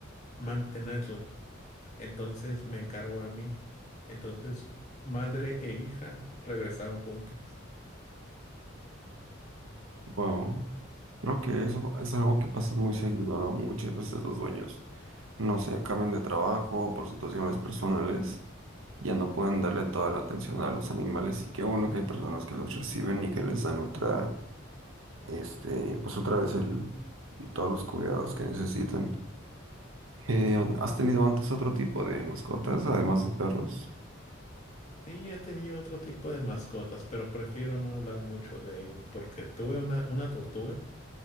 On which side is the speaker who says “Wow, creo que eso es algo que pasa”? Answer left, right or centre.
Right